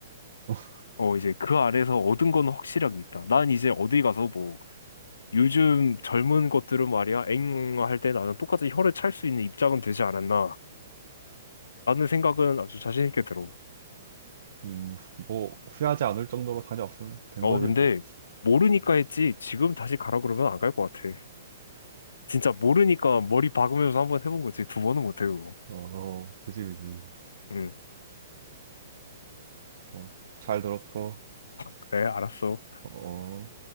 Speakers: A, on the right (about 65°); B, on the left (about 75°).
A: <laughs>
B: 어 이제 그 안에서 얻은 건 확실하게 있다. 난 이제 어디 가서 뭐 요즘 젊은 것들은 말이야 엥 응, 할때 나는 똑같이 혀를 찰 수 있는 입장은 되지 않았나라는 생각은 아주 자신 있게 들어.
A: 음, 뭐, 후회하지 않을 정도로 다녀왔으면 된
B: 어
A: 거지,
B: 근데
A: 뭐.
B: 모르니까 했지 지금 다시 가라 그러면 안 갈 것 같아. 진짜 모르니까 머리 박으면서 한번 해본 거지 두 번은 못해 그거.
A: 어, 그지, 그지.
B: 응
A: 어, 잘 들었어.
B: 그래 알았어.
A: 어.